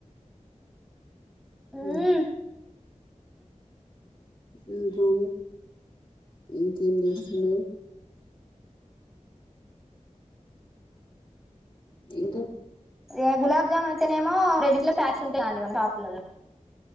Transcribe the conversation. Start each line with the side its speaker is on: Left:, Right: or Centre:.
Left: అ
Centre: మ్మ్
Left: అ ఇంకేం చేస్తున్నారు ఇంకా
Centre: ఆ గులాబ్జాము అయితేనేమో రెడీ ఇట్లా ప్యాక్స్ ఉంటాయా అండి మన షాపులలో